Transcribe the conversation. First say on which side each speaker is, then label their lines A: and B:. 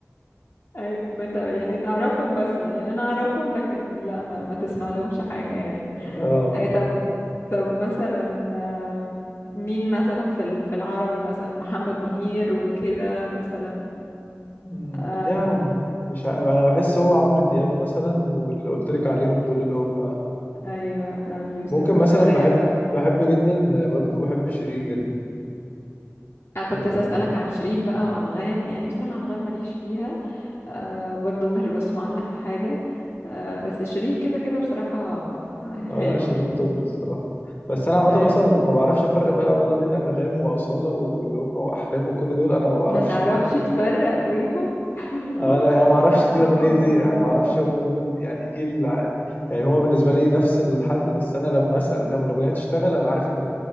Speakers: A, on the left; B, on the left.
A: أي مت... يعني تعرفهم بس لا- يعني انا اعرفهم لكن لا ما, ما تسمع لهمش حاجة يعني
B: اه
A: أي طب طب مثلا آه، مين مثلا في ال- في العربي مثلا محمد منير وكده مثلا
B: أمم،
A: آه
B: يعني مش عارف انا بحس هو عمرو دياب مثلا واللي قلت لك عليهم دول اللي هم
A: ايوه ابي يوسف
B: ممكن مثلا
A: والراب
B: بحب
A: بقى
B: بحب
A: وكده
B: جدا برضه بحب شيرين جدا
A: أنا كنت
B: يعني
A: لسه أسألك عن شيرين بقى وأنغام يعني بصراحة أنغام ماليش فيها آه برضو مش بسمع لها حاجة آه بس شيرين كده كده بصراحة ح-
B: انا
A: حلوة
B: 20
A: يعني
B: توب الصراحه بس انا عامه
A: أيوه
B: اصلا ما بعرفش افرق بقى ولا بين انغام واصاله واللي هم واحلام وكل دول انا ما بعرفش
A: ما تعرفش تفرق بينهم <laughs> ملهمش
B: آه لا يعني
A: اي
B: ما اعرفش
A: علاقة
B: دي اغنيتي
A: ببعض
B: انا ما اعرفش هم دول يعني ايه اللي يعني هو بالنسبه لي نفس الحد بس انا لما اسال لما الاغنيه تشتغل ابقى عارف ان